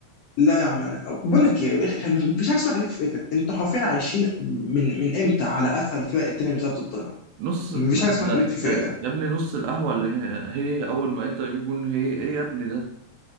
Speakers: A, on the left; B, on the right.
A: لا يا عم انا بقول
B: ده
A: لك ايه يا اخي ما فيش حاجه اسمها خليك في فئتك انتوا حرفيا عايشين من من امتى على قفا الفرق التانيه اللي بتلعب ضدنا
B: نص ده
A: ما فيش حاجه اسمها
B: ده-
A: خليك في فئتك
B: يا ابني نص القهوه اللي هي, هي اول ما انت يجيب جون هي ايه يا ابني ده